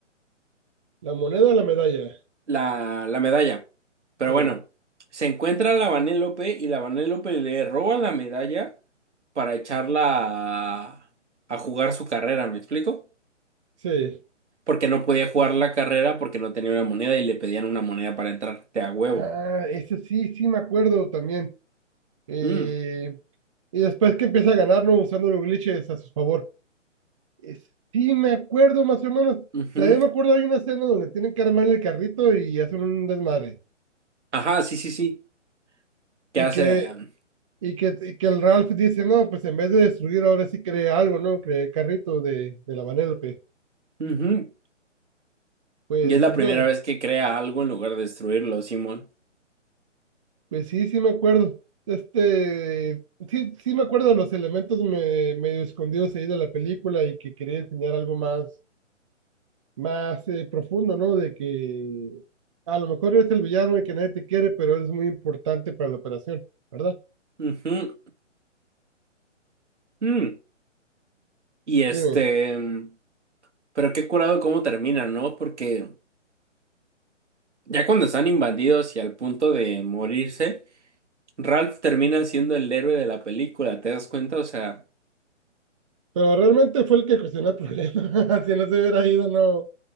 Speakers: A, on the right; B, on the right.
A: ¿La moneda o la medalla?
B: la, la medalla. Pero
A: Sí,
B: bueno, se encuentra la Vanellope y la Vanellope le roba la medalla para echarla a, a jugar su carrera, ¿me explico?
A: sí.
B: porque no podía jugar la carrera porque no tenía una moneda y le pedían una moneda para entrar. Te a huevo.
A: Ah, ese sí, sí me acuerdo también. Eh,
B: Mm,
A: y después que empieza a ganar, ¿no? Usando los glitches a su favor. Eh, sí me acuerdo más o menos.
B: ujú.
A: También me acuerdo hay una escena donde tienen que armar el carrito y hacen un desmadre.
B: Ajá, sí, sí, sí. ¿Qué
A: Y
B: hace?
A: que Y que, que el Ralph dice, no, pues en vez de destruir ahora sí cree algo, ¿no? Creé carrito de, de la Vanellope.
B: Ujú.
A: Pues,
B: Y es la
A: es
B: primera
A: lo,
B: vez que crea algo en lugar de destruirlo, Simón.
A: pues sí, sí me acuerdo. Este, sí, sí me acuerdo de los elementos me- medio escondidos ahí de la película y que quería enseñar algo más, más eh, profundo, ¿no? De que a lo mejor eres el villano y que nadie te quiere, pero eres muy importante para la operación, ¿verdad?
B: Ujú. Mm. Y este,
A: Dime,
B: mm, pero qué curado cómo termina, ¿no? Porque ya cuando están invadidos y al punto de morirse, Ralph termina siendo el héroe de la película, ¿te das cuenta? O sea,
A: pero realmente fue el que ocasionó el problema. <laughs> Si no se hubiera ido, no,